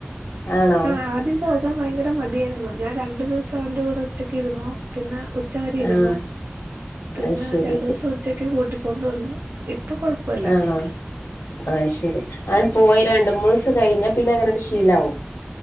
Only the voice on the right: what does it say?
ആഹ് ആദ്യം പോ ഇരിക്കാൻ ഭയങ്കര മടിയായിരുന്നു ഞാൻ രണ്ട് ദിവസം അവന്റെ കൂടെ ഉച്ചക്കിരുന്നു പിന്നെ ഉച്ചവരെ ഇരുന്നു
പിന്നെ
രണ്ടു ദിവസം ഉ ഉച്ചക്ക് കൂട്ടിക്കൊണ്ട് വന്നു ഇപ്പൊ കൊഴപ്പുല്ല